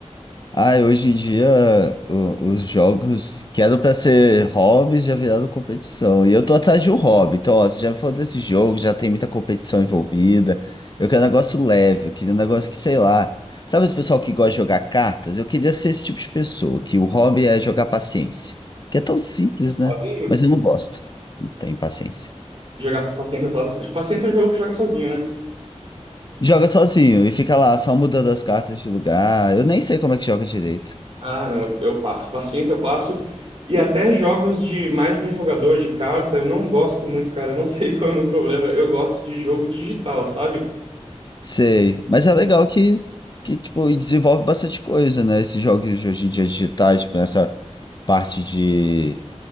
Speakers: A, on the left; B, on the right.
A: Ah, hoje em dia o- os jogos que eram pra ser hobbies já viraram competição. E eu tô atrás de um hobby. Então, ó, você já me falou desse jogo, já tem muita competição envolvida. Eu quero um negócio leve, eu queria um negócio que, sei lá. Sabe esse pessoal que gosta de jogar cartas? Eu queria ser esse tipo de pessoa, que o hobby é jogar paciência. Que é tão simples, né?
B: Pode
A: Mas eu não gosto. Não tenho paciência.
B: jogar paciência sozinho. Paciência é um jogo que joga sozinho, né?
A: Joga sozinho e fica lá só mudando as cartas de lugar. Eu nem sei como é que joga direito.
B: Ah, não, eu passo. Paciência eu passo. E até jogos de mais de um jogador de carta, eu não gosto muito, cara. Eu não <laughs> sei qual é o meu problema. Eu gosto de jogo digital, sabe?
A: Sei, mas é legal que, que tipo, desenvolve bastante coisa, né? Esses jogos de hoje em dia digitais, tipo, nessa parte de,